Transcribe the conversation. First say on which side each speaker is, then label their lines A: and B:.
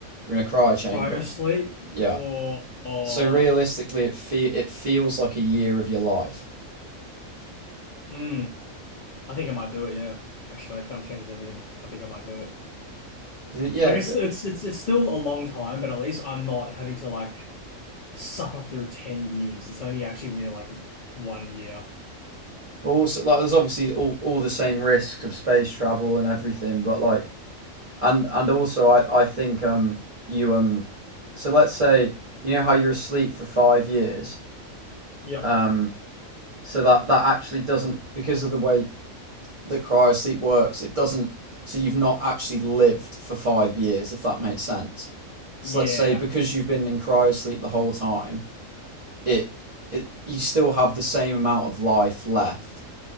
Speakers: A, on the right; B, on the left.
A: You're in a cryo chamber.
B: Cryo sleep
A: Yeah.
B: or, or
A: So realistically, it fe- it feels like a year of your life
B: mm, I think I might do it, yeah. Actually, I kind of changes everything. I think I might do it.
A: because yeah,
B: Like it's it's it's it's still a long time, but at least I'm not having to like suffer through 10 years. It's only actually really like one year.
A: Also, like, there's obviously all, all the same risks of space travel and everything, but like, and and also, I I think um you um so let's say you know how you're asleep for five years
B: Yep.
A: um so that that actually doesn't because of the way that cryosleep works it doesn't so you've not actually lived for five years if that makes sense
B: Yeah.
A: so let's say because you've been in cryosleep the whole time it it you still have the same amount of life left